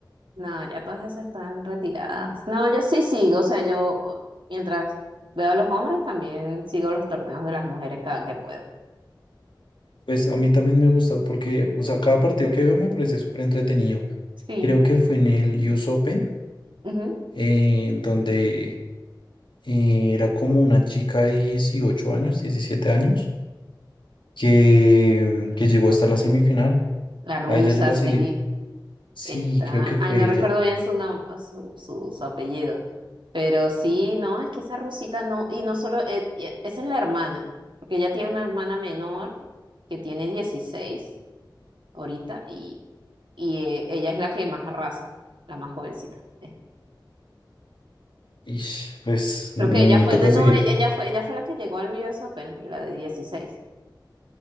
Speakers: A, on the right; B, on the left.
A: No, ya todas esas están retiradas. No, yo sí sigo, o sea, yo uh, mientras veo a los hombres, también sigo los torneos de las mujeres cada que puedo.
B: Pues a mí también me gusta porque, o sea, cada partido que veo me parece súper entretenido.
A: Sí.
B: Creo que fue en el US Open,
A: Ujú.
B: eh, donde eh, era como una chica de 18 años, 17 años que, que llegó hasta la semifinal.
A: La rusa,
B: A ella yo la
A: sí,
B: seguí. Sí,
A: está.
B: creo que fue
A: Ay, no
B: ella.
A: recuerdo bien su nombre, su, su, su apellido. Pero sí, no, es que esa rusita no, y no solo, e- e- esa es la hermana, porque ella tiene una hermana menor que tiene 16 ahorita y, y eh, ella es la que más arrasa, la más jovencita. Eh,
B: Y pues
A: Creo
B: mm,
A: que ella fue
B: me toca
A: de, no,
B: seguir.
A: e- ella fue, ella fue la que llegó al US Open, la de dieciséis